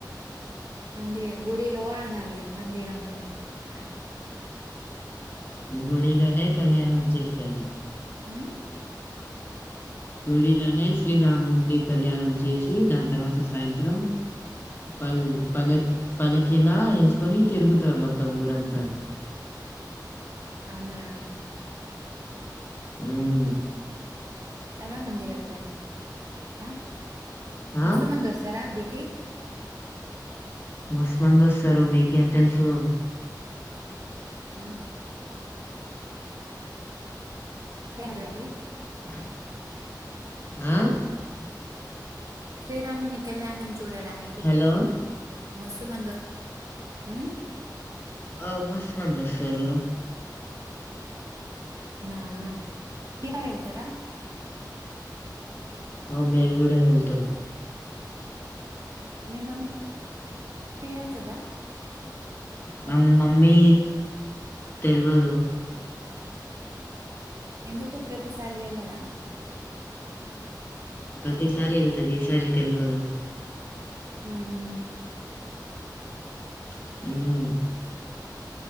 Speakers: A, on the right; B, on the left.
A: మంది గుడిలో అనాలి మందిరం లో ఆ
B: గుడిలోనే కళ్యాణం చేస్తారు
A: మ్?
B: గుడిలోనే శ్రీరాముంది కళ్యాణం చేషి దాని తర్వాత సాయంత్రం పల్ పలక్ పల్లకీలా ఎసుకొని తిరుగుతారు మొత్తం ఊరంతా
A: అవునా
B: మ్
A: చాలా మంది వెళ్తర్ ఆ మస్తు
B: ఆ
A: మంది ఒస్తరా బి కీ
B: మస్తు మంది ఒస్తారు మీకేం తెల్సు
A: మ్ కే నండి
B: ఆ?
A: శ్రీరాముని కళ్యాణం చూడడానికి
B: హలో
A: మస్ సుమంది ఒ
B: అవు మస్త్ మంది ఒస్తరు
A: నా యా వెళ్తరా
B: అ మేము గూడా వెళ్తం
A: మీ మమ్మీ ఎల్తదా?
B: మా మమ్మీ తెల్వదు
A: ఎందుకు ప్రతిసారి వెళ్ళదా?
B: ప్రతిసారి ఎల్తది ఈసారి తెల్వదు
A: ఊహూమ్
B: ఉం